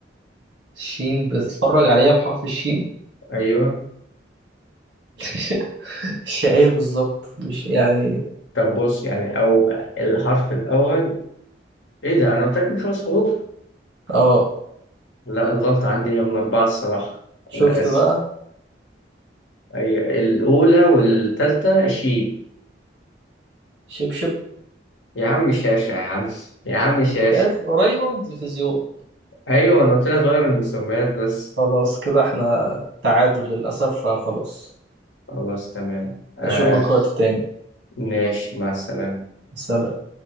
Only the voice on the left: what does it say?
ايوه
طب بص يعني أو الحرف الأول إيه ده أنا قلت لك من خمس حروف
لا الغلطة عندي هي من أربعة الصراحة
أنا آسف
أيوة الأولى والتالتة شي
يا عم شاشة يا عم يا عم شاشة
أيوة أنا قلت لك غير المسميات بس
خلاص تمام آه
ماشي مع السلامة